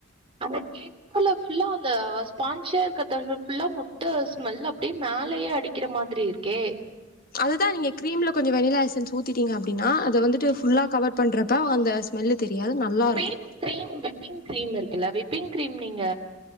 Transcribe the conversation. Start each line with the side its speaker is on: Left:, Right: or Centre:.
Right: ஆனா கேக் குக்கர்ல ஃபுல்லா அந்த ஸ்பான்சியா இருக்கர்தானே ஃபுல்லா முட்ட ஸ்மெல் அப்டியே மேலையே அடிக் வெக்கிற மாதிரி இருக்கே
Left: அதுதா நீங்க கிரீம்ல கொஞ்சோ வெண்ணிலா எசன்ஸ் ஊத்திட்டீங்க அப்டின்னா அத வந்துட்டு
Right: ம்
Left: ஃபுல்லா கவர் பண்றப்ப அந்த ஸ்மெல்லு தெரியாது நல்லாருக்கு
Right: கிரீம் கிரீம் விப்பிங் கிரீம் இருக்குல்ல விப்பிங் கிரீம் நீங்க